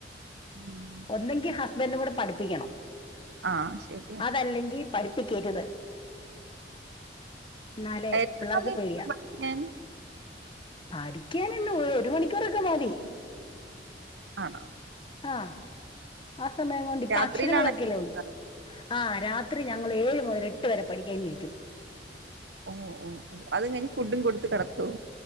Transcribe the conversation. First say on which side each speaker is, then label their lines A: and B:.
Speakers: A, on the right; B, on the left.
A: ഉം
B: ഒന്നെങ്കിൽ ഹസ്ബൻഡ് കൂടെ പഠിപ്പിക്കണം
A: ആഹ് ശരിയാ
B: അതല്ലെങ്കിൽ പഠിപ്പിക്കരുത് എന്നാലേ
A: എത്ര
B: പിള്ളേർക്ക്
A: സമയത്ത്
B: പേടിയ
A: പഠിക്കാൻ
B: പഠിക്കാനല്ലോ ഒരു മണിക്കൂറൊക്കെ മതി
A: ആണോ
B: ആഹ് ആ സമയം കൊണ്ട് ഇപ്പ
A: രാത്രിയിലാണോ
B: അക്ഷരങ്ങളൊക്കെല്ലേ
A: ഇരിക്കുന്നത്
B: ഉള്ളൂ ആഹ് രാത്രി ഞങ്ങൾ ഏഴ് മുതൽ എട്ട് വരെ പഠിക്കാൻ ഇരിക്കും
A: ഓഹ് ഓഹ് ഓഹ് അത് കഴിഞ്ഞ് ഫുഡും കൊടുത്ത് കിടത്തുവോ